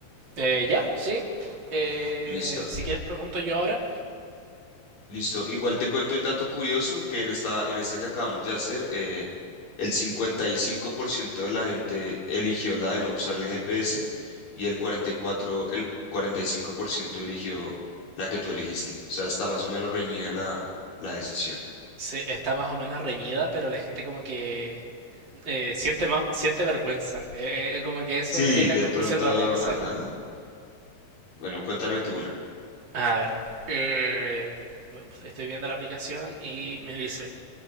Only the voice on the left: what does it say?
Listo.
Listo. Igual te cuento el dato curioso que en esta, en esta que acabamos de hacer, eh, el 55% de la gente eligió la de no usar el GPS y el 44 el 45% eligió la que tú elegiste. O sea, está más o menos reñida la, la decisión.
Sí,
de
pronto,
ajá. Bueno, cuéntame tú una.